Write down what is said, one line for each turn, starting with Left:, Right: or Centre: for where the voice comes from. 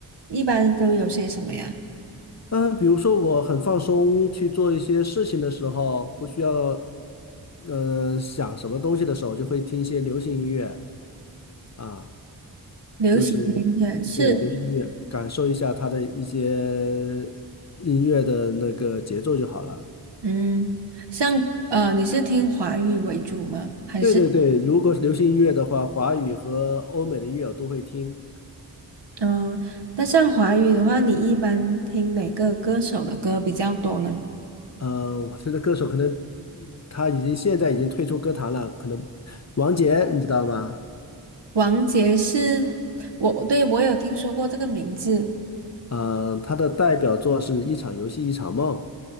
Right: 一般都有些什么呀？
Left: 嗯、比如说我很放松去做一些事情的时候，不需要嗯、呃想什么东西的时候，就会听一些流行音乐啊，
Right: 流行音乐是，
Left: 就是对流行音乐，感受一下它的一些音乐的那个节奏就好了。
Right: 嗯，像呃，你是听华语为主吗？还是
Left: 对对对，如果是流行音乐的话，华语和欧美的音乐我都会听。
Right: 嗯、呃那像华语的话，你一般听哪个歌手的歌比较多呢？
Left: 呃，我现在歌手可能他已经现在已经退出歌坛了，可能王杰你知道吗？
Right: 王杰是，我对我有听说过这个名字
Left: 嗯、他的代表作是《一场游戏一场梦》。